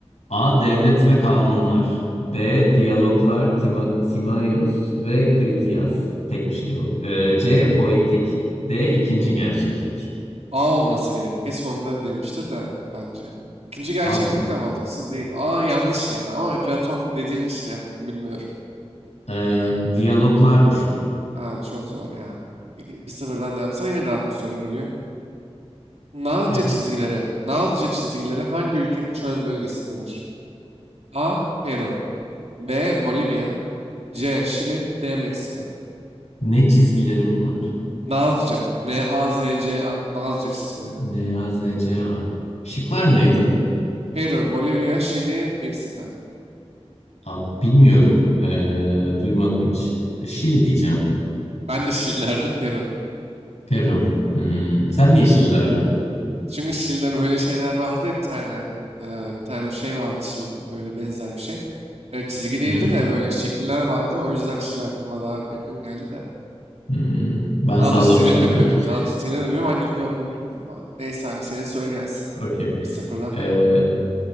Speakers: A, on the left (about 80°); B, on the right (about 70°).
A: A. Devlet ve Kanunlar. B. Diyaloglar Tima Timaeus ve Critias. Tek bir şey bu. Ee, C.
B: Evet.
A: Poetik. D. İkinci Gerçeklik.
B: A olması gerekiyor. Kesin onu da demiştir de bence. İkinci gerçeklik
A: Abi
B: de mantıksız değil. A yanlış ya. Ama Platon dediğin için yaptım bilmiyorum.
A: e, diyaloglarmış bu.
B: Abi çok zor ya. İki- Bir sıfırdan devam. Sana yine rahat bir soru geliyor. Nazca
A: Yes.
B: çizgileri. Nazca çizgileri hangi ülkenin çöl bölgesindedir? A. Peru B. Bolivya C. Şili D. Meksika
A: Ne çizgileri bunlar?
B: Nazca N-A-Z-C-A Nazca çizgileri.
A: Ne A, Z, C, A. Şıklar neydi?
B: Peru, Bolivya, Şili, Meksika.
A: Abi bilmiyorum. Ee, duymadım hiç. Şili diyeceğim.
B: Ben de Şili derdim Peru.
A: Peru. Hmm. Sen niye Şili derdin?
B: Çünkü Şili'de böyle şeyler vardı ya bir tane. e, bir tane şey vardı Şili'de böyle benzer bir şey. E, çizgi değildi
A: Hı?
B: de böyle şekiller vardı. O yüzden Şili aklıma daha yakın geldi de.
A: Hmm. Ben
B: Dalga
A: sallamıştım
B: çizgilerini de
A: direkt.
B: biliyorum. Dalga çizgilerini de biliyorum. Hangi ülke olduğunu bilmiyorum abi. Neyse abi senin soru gelsin.
A: <laughs> Okey.
B: Bir sıfırdan
A: Ee,
B: devam.